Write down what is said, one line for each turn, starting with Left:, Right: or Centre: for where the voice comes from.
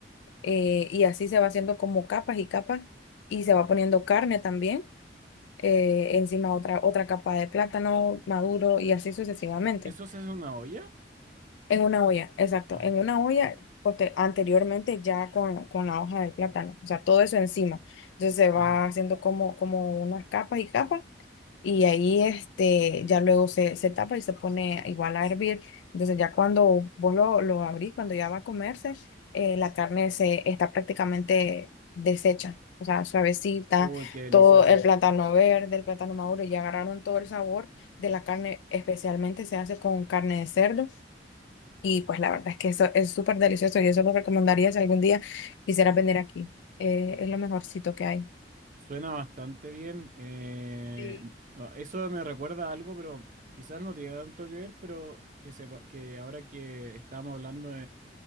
Left: eh, y así se va haciendo como capas y capas y se va poniendo carne también. eh, encima otra, otra capa de plátano maduro y así sucesivamente.
Right: ¿Eso se hace en una olla?
Left: En una olla, exacto,
Right: Ajá,
Left: en una olla poste- anteriormente ya con, con la hoja del plátano, o sea, todo eso encima. Entonces se va
Right: ajá.
Left: haciendo como, como unas capas y capas y ahí este, ya luego se, se tapa y se pone igual a hervir. Entonces ya cuando vos lo, lo abrís, cuando ya va a comerse, eh, la carne se está prácticamente deshecha. O sea, suavecita,
Right: Uy, qué delicioso.
Left: todo el plátano verde, el plátano maduro, ya agarraron todo el sabor de la carne, especialmente se hace con carne de cerdo. Y pues la verdad es que eso es súper delicioso y eso lo recomendaría si algún día quisieras venir aquí. Eh,
Right: Oh,
Left: es lo mejorcito que hay.
Right: Suena bastante bien. eh,
Left: Sí.
Right: n- ah, eso me recuerda a algo, pero quizás no tiene tanto que ver, pero que sepa, que ahora que estábamos hablando